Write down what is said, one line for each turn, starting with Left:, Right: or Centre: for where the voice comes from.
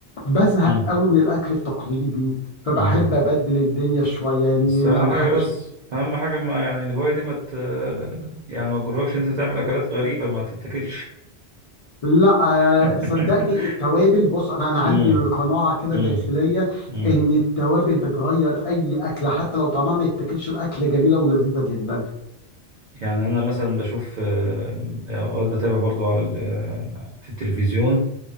Left: بزهق
Right: مم.
Left: قوي من الاكل التقليدي فبحب
Right: مم.
Left: ابدل الدنيا شويه يعني
Right: بس اهم
Left: نعمل
Right: حاجه
Left: حاجه
Right: بس اهم حاجه ما يعني الهوايه دي ما ت... يعني ما تجركش إن انت تعمل اكلات غريبه ما تتاكلش
Left: لا
Right: <laughs>
Left: آه، صدقني التوابل بص انا انا عندي
Right: امم
Left: قناعه كده
Right: امم
Left: داخليه
Right: امم
Left: ان التوابل بتغير اي اكله حتى لو طعمها ما يتاكلش الاكله جميله ولذيذه جدا
Right: يعني انا مثلا بشوف آه، اوقات بتابع برضو على ال... آه، في التلفزيون